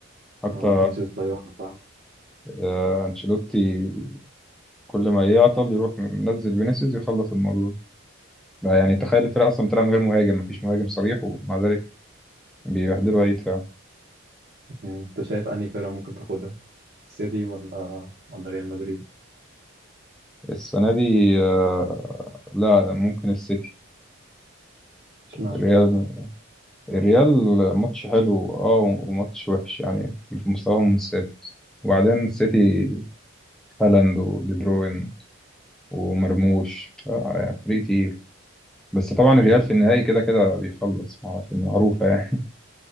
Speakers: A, in the centre; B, on the right (about 45°).
A: حتى
B: هو فينيسيوس طيارة فعلا
A: آه، انشيلوتي كل ما يعطل يروح منزل فينيسيوس يخلص الموضوع لا يعني تخيل الفرقة أصلا بتلعب من غير مهاجم مفيش مهاجم صريح ومع ذلك بيبهدلوا أي دفاع
B: مم. انت شايف انهي فرقة ممكن تاخدها سيتي ولا ولا ريال مدريد
A: السنة دي آه، لا ممكن السيتي
B: اشمعنى
A: الريال الريال ماتش حلو اه وماتش وحش يعني مستواهم مش ثابت وبعدين السيتي هالاند ودي بروين ومرموش آه، يعني فريق تقيل. بس طبعا الريال
B: مم.
A: في النهائي كده كده بيخلص مع- في المعروفة يعني